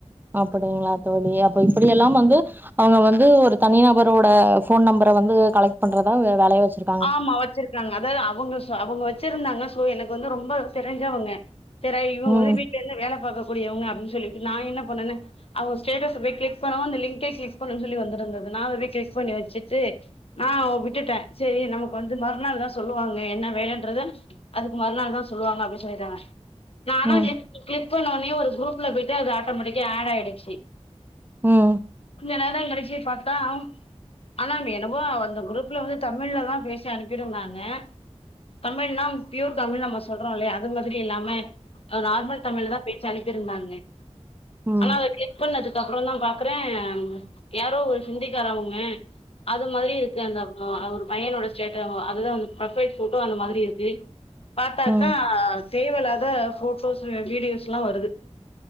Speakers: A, on the right; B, on the left.
A: அப்படிங்களா தோழி அப்ப இப்படில்லா வந்து அவங்க வந்து ஒரு தனிநபரோட போன் நம்பரை வந்து கலெக்ட் பண்றதா வேலயா வச்சிருக்க
B: ஆமா வச்சிருக்காங்க அதாவது அவுங்க அவுங்க வச்சிருந்தாங்க சோ எனக்கு வந்து ரொம்ப தெரிஞ்சவங்க <unintelligible> இவுங்க
A: ம்.
B: வீட்டுல இருந்து வேல பாக்க கூடியவங்க அப்டினு சொல்லிட்டு நா என்ன பண்ணுனெ அவுங்க ஸ்டேட்டஸ் போய் கிளிக் பண்ணவு அந்த லிங்கே கிளிக் பண்ணனு சொல்லி வந்திருந்தது நான்வே களிக் பண்ணி வச்சிட்டு நா விட்டுட்டே சேரி நமக்கு வந்து மறுநாள் தா சொல்லுவாங்க என்ன வேலன்றத அதுக்கு மறுநாள் தா சொல்லுவாங்க அப்டினு சொல்லிட்டாங்க நான
A: ம்.
B: லிங் கிளிக் பண்ணோடனே ஒரு குரூப்ல போய்ட்டு அது ஆட்டோமெட்டிக்கா ஆட ஆயிடுச்சு
A: ம்ம்
B: கொஞ்சோ நேர கழிச்சு பாத்தா ஆ ஆனா என்னவோ அந்த குரூப்ல வந்து தமிழ்லதா பேசி அனுப்பி இருந்தாங்க தமிழ்னா பியூர் தமிழ் நம்ம சொல்றோ இல்லய அது மாரி இல்லாம நார்மல் தமிழ்ல தா பேச்சு அனுப்பிருந்தாங்க
A: ம்.
B: ஆனா அத <unintelligible> பண்ணது அதுக்கப்புற தா பாக்குறே யாரோ ஒரு ஹிந்திக்காரவுங்க அது மாரி இருக்கு அந்த அவரு பையனோட சேட்ட அதுதா வந்து ப்ரொபைல் போட்டோ அந்த மாரி இருக்கு பாத்தாக்கா
A: ம்.
B: தேவயில்லாத போட்டோஸ் வீடியோஸ்ல வருது